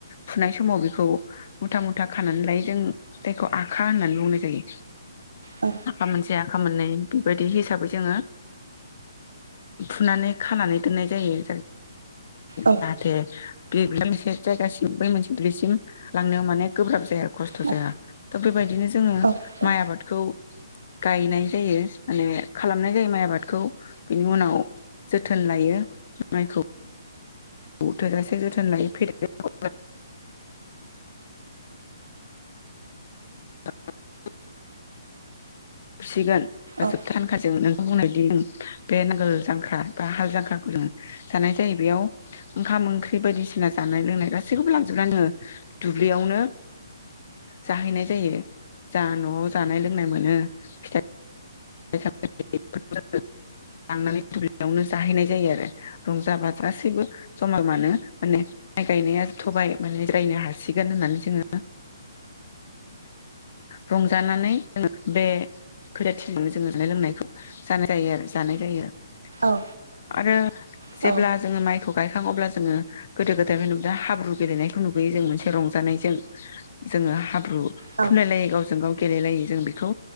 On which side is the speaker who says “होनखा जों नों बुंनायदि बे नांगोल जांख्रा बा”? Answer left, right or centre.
Left